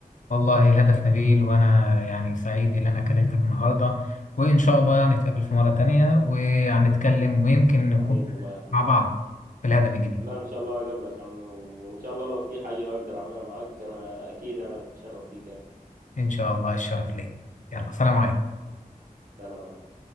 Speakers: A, on the left (about 60°); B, on the right (about 75°).
A: والله هدف نبيل وانا يعني سعيد ان انا كلمتك النهارده وان شاء الله نتقابل في مره تانية وهنتكلم ويمكن نكون
B: حبيبي الله يا احمد
A: مع بعض في الهدف الجديد
B: لا ان شاء الله اقابلك يا عم وان شاء الله لو في حاجة اقدر اعملها معاك انا اكيد انا اتشرف بيك يعني
A: ان شاء الله الشرف ليا يلا سلام عليكم
B: سلام